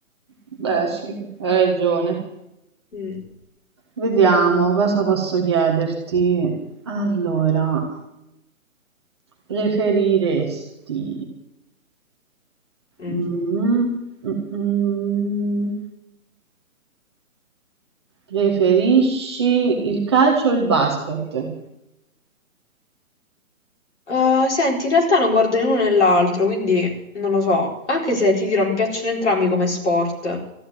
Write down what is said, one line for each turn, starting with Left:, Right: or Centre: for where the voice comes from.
Right: Beh, sì, hai ragione.
Left: Mm,
Right: Vediamo cosa posso chiederti. Allora, preferiresti...
Left: mm.
Right: Mm, mm, mm. Preferisci il calcio o il basket?
Left: Uh, senti, in realtà non guardo né uno né l'altro, quindi non lo so, anche se ti dirò, mi piacciono entrambi come sport.